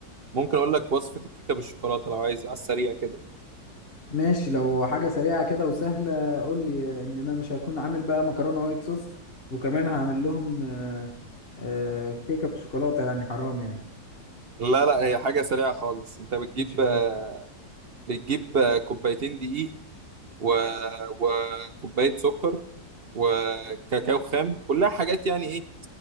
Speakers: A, on the right; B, on the left.
A: ممكن اقول لك وصفة الكيكة بالشوكولاتة لو عايز على السريع كده
B: ماشي لو حاجة سريعة كده وسهلة قول لي لأن أنا مش هكون عامل بقى مكرونة وايت صوص وكمان هعمل لهم آه، آه، كيكة بالشوكولاتة يعني حرام يعني
A: لا لا هي حاجة سريعة خالص انت بتجيب
B: ماشي قول
A: آه،
B: لي
A: بتجيب آه، كوبايتين دقيق و... وكوباية سكر وكاكاو خام كلها حاجات يعني ايه